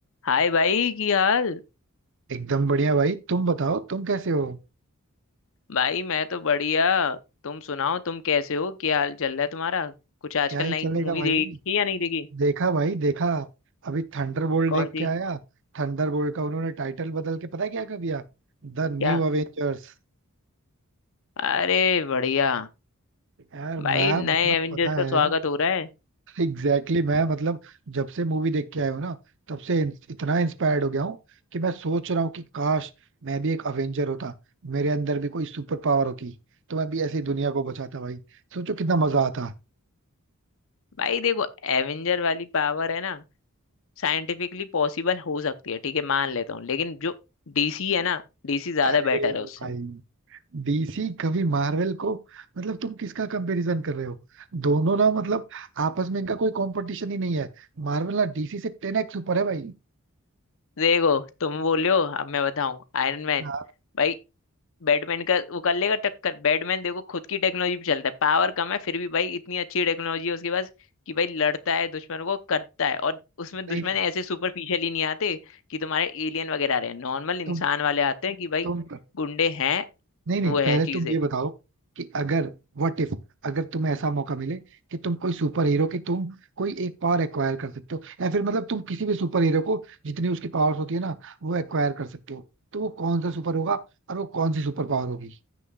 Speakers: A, on the left; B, on the right.
A: हाय भाई की हाल
B: एकदम बढ़िया भाई तुम बताओ तुम कैसे हो
A: भाई मैं तो बढ़िया तुम सुनाओ तुम कैसे हो क्या हाल चल रहा है तुम्हारा कुछ आजकल
B: क्या ही
A: नई
B: चलेगा
A: मूवी
B: भाई
A: देखी या नहीं देखी
B: देखा भाई देखा अभी थंडरबोल्ट
A: कौन
B: देख
A: सी
B: के आया थंडरबोल्ट का उन्होंने टाइटल बदल के पता है क्या कर दिया The new
A: क्या
B: Avengers
A: अरे बढ़िया
B: यार
A: भाई
B: मैं
A: नए
B: मतलब
A: एवेंजर्स
B: पता
A: का
B: है
A: स्वागत हो रहा है
B: एग्जैक्टली exactly, मैं मतलब जब से मूवी देख के आया हूँ ना तब से इन- इतना इंस्पायर्ड हो गया हूँ कि मैं सोच रहा हूँ कि काश मैं भी एक अवेंजर होता मेरे अंदर भी कोई सुपर पावर होती तो मैं भी ऐसी दुनिया को बचाता भाई सोचो कितना मजा आता
A: भाई देखो एवेंजर वाली पावर है ना साइंटिफिकली पॉसिबल हो सकती है ठीक है मान लेता हूँ लेकिन जो डीसी है ना डीसी ज्यादा
B: अरे
A: बेटर है उससे
B: भाई डीसी कभी मार्वल को मतलब तुम किसका कंपैरिजन कर रहे हो दोनों ना मतलब आपस में इनका कोई कंपटीशन ही नहीं है मार्वल ना डीसी से टेन एक्स ऊपर है भाई
A: देखो तुम बोल रहे हो अब मैं बताऊं आयरन मैन
B: हाँ,
A: भाई बैटमैन का वो कर लेगा टक्कर बैटमैन देखो खुद की टेक्नोलॉजी पे चलता है पावर कम है फिर भी भाई इतनी अच्छी टेक्नोलॉजी है उसके पास कि भाई लड़ता है दुश्मन को करता है और उसमें दुश्मन
B: नहीं नहीं
A: ऐसे सुपरफिशियल ही नहीं आते कि तुम्हारे एलियन वगैरह आ रहे हैं नॉर्मल इंसान
B: तुम
A: वाले आते हैं कि भाई
B: तुम
A: गुंडे हैं
B: नहीं नहीं
A: वो है
B: पहले
A: चीजें
B: तुम ये बताओ कि अगर व्हाट इफ अगर तुम्हें ऐसा मौका मिले कि तुम कोई सुपर हीरो की तुम कोई एक पावर एक्वायर कर सकते हो या फिर मतलब तुम किसी भी सुपर हीरो को जितनी उसकी पावर्स होती है ना वो एक्वायर कर सकते हो तो वो कौन सा सुपर होगा और वो कौन सी सुपर पावर होगी